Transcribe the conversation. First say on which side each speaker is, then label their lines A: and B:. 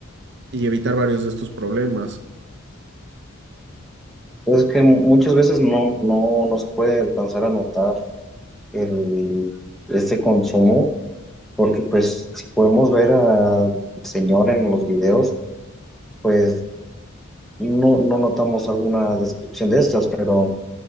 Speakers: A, on the right (about 50°); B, in the centre.
A: y evitar varios de estos problemas.
B: Es que muchas veces no, no, no se puede alcanzar a notar el, este consumo porque pues si podemos ver al señor en los videos, pues no, no notamos alguna descripción de estas, pero